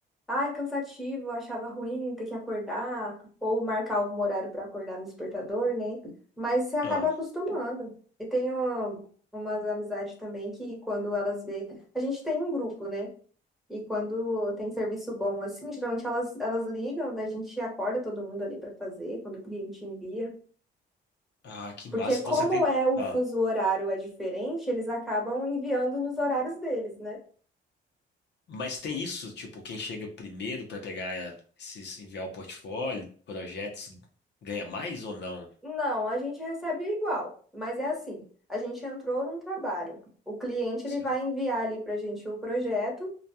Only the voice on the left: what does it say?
Ah,
ah, que
massa.
Então você tem.
Ah,
mas tem isso, tipo, quem chega primeiro pra pegar eh, esses, enviar o portfólio, projetos, ganha mais ou não?
Certo.